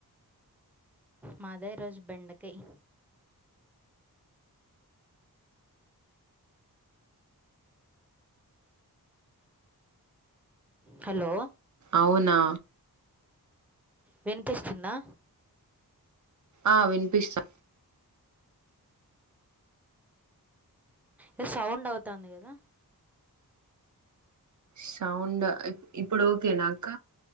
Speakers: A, in the centre; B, on the right.
A: మాదా ఈ రోజు బెండకయ్ హలో
B: అవునా
A: వినిపిస్తుందా?
B: ఆ వినిపిస్తా
A: ఉమ్ సౌండ్ అవుతాంది కదా.
B: సౌండ్ ఇప్ ఇప్పుడు ఓకేనా అక్క?